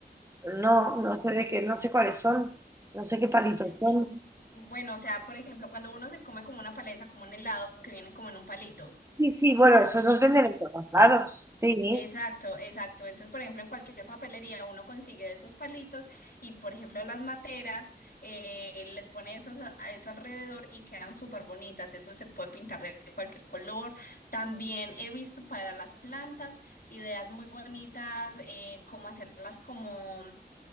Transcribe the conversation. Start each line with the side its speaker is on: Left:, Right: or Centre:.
Right: No, no sé de qué, no sé cuáles son, no sé qué palitos son.
Left: Eh, bueno, o sea, por ejemplo, cuando uno se come como una paleta, como un helado que viene como en un palito.
Right: Sí, sí, bueno, esos los venden en todos lados, sí.
Left: Exacto, exacto. Entonces, por ejemplo, en cualquier papelería uno consigue esos palitos y, por ejemplo, las materas eh, les pone esos a a eso alrededor y quedan súper bonitas. Eso se puede pintar de cualquier color. También he visto para las plantas ideas muy bonitas, eh, como hacerlas como